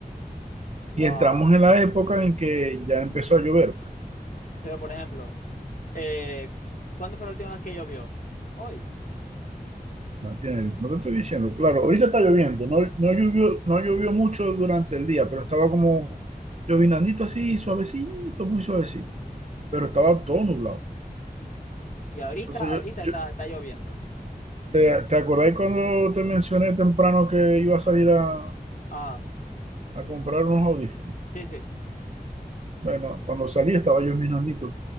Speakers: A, on the left; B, on the right.
A: Wow.
B: Y entramos en la época en que ya empezó a llover. pues,
A: Pero, por ejemplo, eh, ¿cuándo fue la última vez que llovió? Hoy.
B: ¿no entiendes? No te estoy diciendo, claro, ahorita está lloviendo. No, no llovió, no llovió mucho durante el día, pero estaba como llovinandito así, suavecito, muy suavecito.
A: Mm,
B: Pero estaba todo nublado.
A: Y ahorita,
B: Entonces yo,
A: ahorita
B: yo-
A: está, está lloviendo.
B: ¿te, te acordás cuando te mencioné temprano que iba a salir a,
A: Ah,
B: a comprar unos audífonos?
A: sí, sí.
B: Bueno, cuando salí estaba llovinandito,